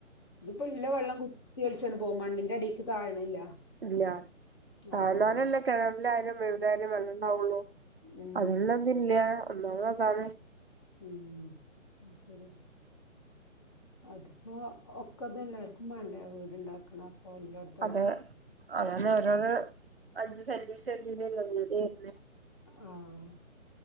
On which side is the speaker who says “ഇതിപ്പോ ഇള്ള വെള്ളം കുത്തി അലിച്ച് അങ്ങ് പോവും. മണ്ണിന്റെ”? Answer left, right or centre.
Left